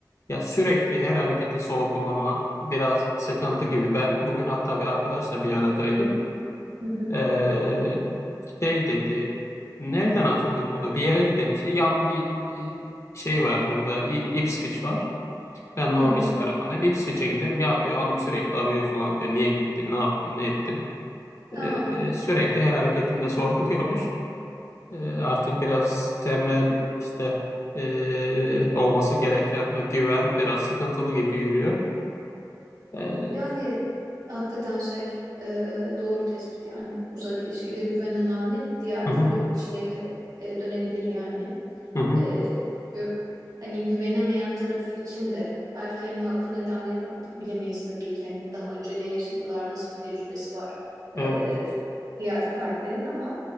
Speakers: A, on the left (about 45°); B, on the right (about 60°).
A: ya sürekli her hareketi sorgulama biraz sıkıntı gibi. Ben bugün hatta bir arkadaşla bir aradaydım.
B: Hı hı.
A: Ee, şey dedi. Nereden açıldık onu? Bir yere gidelim. İşte yan bir e, şey var burada. İ- Ipswich var. Ben Norwich
B: Hı hı.
A: tarafındayım. Ipswich'e giderim. Ya diyor hanım sürekli arıyor falan diyor. Niye gittin? Ne yaptın? Ne ettin? Ee,
B: Aa.
A: sürekli her hareketinde sorguluyormuş. Ee, artık biraz temel işte ee, olması gereken o güven biraz sıkıntılı gibi yürüyor. Ee,
B: Yani hakikaten şey e, doğru tespit yani. Uzak ilişkide güven önemli. Diğer türlü
A: hı hı,
B: çileye e, dönebilir yani.
A: hı hı,
B: E, çünkü hani güvenemeyen taraf için de belki hani haklı nedenleri vardır. Bilemeyiz tabii ki hani daha önce ne yaşadılar, nasıl bir tecrübesi var
A: evet.
B: e, diğer partnerin ama